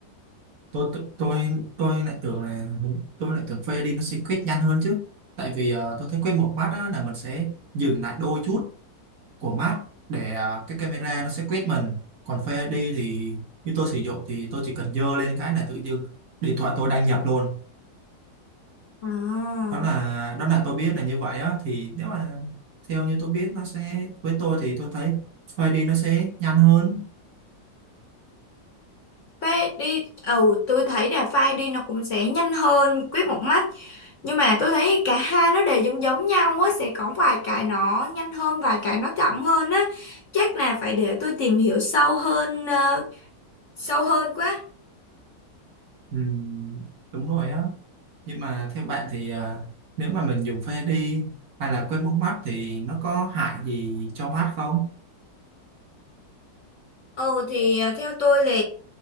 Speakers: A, on the right; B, on the left.
A: tôi tôi tôi tôi lại tưởng là đúng tôi lại tưởng phê đi nó sẽ quyết nhanh hơn chứ tại vì ờ, tôi thấy quyết một mắt á, là mình sẽ dừng lại đôi chút của mắt để ờ, cái camera nó sẽ quét mình còn phê đi thì như tôi sử dụng thì tôi chỉ cần dơ lên cái là tự dưng điện thoại tôi đăng nhập luôn
B: À.
A: đó là đó là tôi biết là như vậy á thì nếu mà theo như tôi biết nó sẽ với tôi thì tôi thấy phê đi nó sẽ nhanh hơn
B: Phai đi ừ tôi thấy là file đi nó cũng sẽ nhanh hơn quét một mắt nhưng mà tôi thấy cả hai nó đều giống giống nhau á sẽ có vài cái nó nhanh hơn vài cái nó chậm hơn á chắc là phải để tôi tìm hiểu sâu hơn ờ, sâu hơn quá
A: ừ, đúng rồi á Nhưng mà theo bạn thì à, nếu mà mình dùng phê đi hay là quét mống mắt thì nó có hại gì cho mắt không?
B: ừ thì ờ, theo tôi là